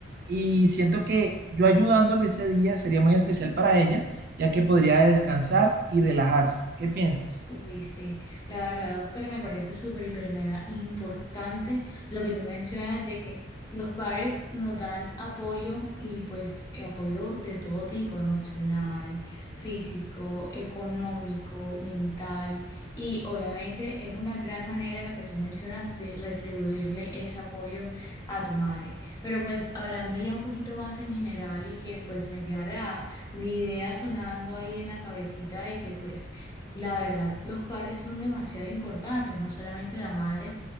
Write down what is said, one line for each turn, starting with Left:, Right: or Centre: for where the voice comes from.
Right: y siento que yo ayudándole ese día sería muy especial para ella, ya que podría descansar y relajarse. ¿Qué piensas?
Left: Uy, sí, la verdad, Oscar, me parece súper, hiper, mega importante lo que tú mencionas de que los padres nos dan apoyo y pues eh, apoyo de todo tipo, emocional, físico, económico, mental y obviamente es una gran manera la que tú mencionas de retribuirle ese apoyo a tu madre. Pero pues hablando ya un poquito más en general y que pues me queda la, la idea sonando ahí en la cabecita de que pues la verdad, los padres son demasiado importantes, no solamente la madre,